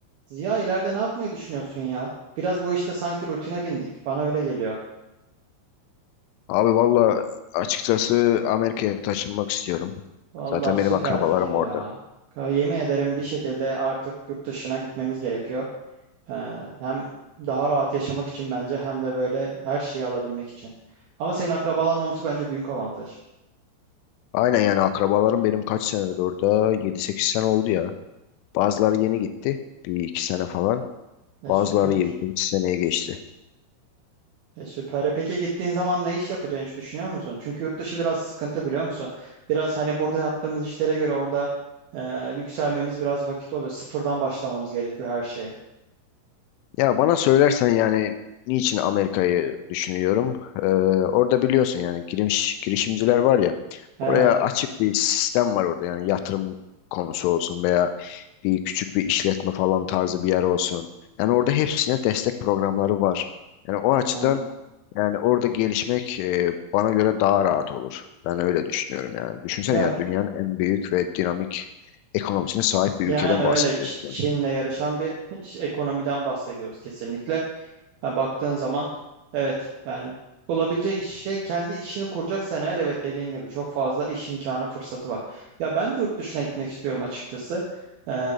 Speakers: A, on the right; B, on the left.
A: Ziya ileride ne yapmayı düşünüyorsun ya? Biraz bu işte sanki rutine bindik. Bana öyle geliyor.
B: Abi valla açıkçası Amerika'ya taşınmak istiyorum.
A: Vallahi
B: Zaten
A: süper
B: benim akrabalarım
A: fikir ya.
B: orada.
A: Ka- Yemin ederim bir şekilde artık yurt dışına gitmemiz gerekiyor. Ee, hem daha rahat yaşamak için bence hem de böyle her şeyi alabilmek için. Ama senin akrabaların olması bence büyük avantaj.
B: Aynen yani akrabalarım benim kaç senedir orada? 7-8 sene oldu ya. Bazıları yeni gitti. Bir iki sene falan.
A: E
B: Bazıları
A: süper.
B: 7-8 seneye geçti.
A: E süper. E peki gittiğin zaman ne iş yapacağını hiç düşünüyor musun? Çünkü yurt dışı biraz sıkıntı biliyor musun? Biraz hani burada yaptığımız işlere göre orada e, yükselmemiz biraz vakit oluyor. Sıfırdan başlamamız gerekiyor her şeye.
B: Ya bana söylersen yani niçin Amerika'yı düşünüyorum? Ee, orada biliyorsun yani giriş, girişimciler var ya.
A: Evet.
B: Oraya açık bir sistem var orada yani yatırım konusu olsun veya bir küçük bir işletme falan tarzı bir yer olsun. Yani orada hepsine destek programları var. Yani o açıdan
A: Ha.
B: yani orada gelişmek e, bana göre daha rahat olur. Ben öyle düşünüyorum yani. Düşünsene
A: Ya
B: yani dünyanın en büyük ve dinamik ekonomisine sahip bir
A: yani
B: ülkeden
A: öyle
B: bahsediyoruz
A: Ç-
B: şu
A: Çin'le
B: an.
A: yarışan bir <laughs> ekonomiden bahsediyoruz kesinlikle. Ha, baktığın zaman evet yani bulabileceği iş, şey kendi işini kuracaksan eğer evet dediğin gibi çok fazla iş imkanı fırsatı var. Ya ben de yurt dışına gitmek istiyorum açıkçası. Ee,